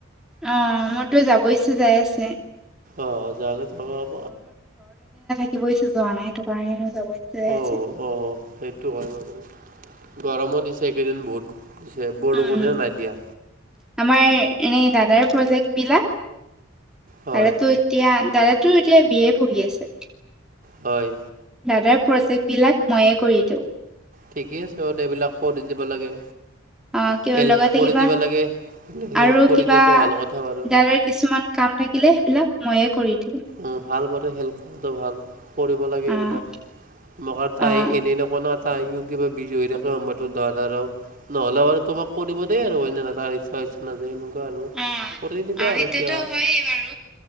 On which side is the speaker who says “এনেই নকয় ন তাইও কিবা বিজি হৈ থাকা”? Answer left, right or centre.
Right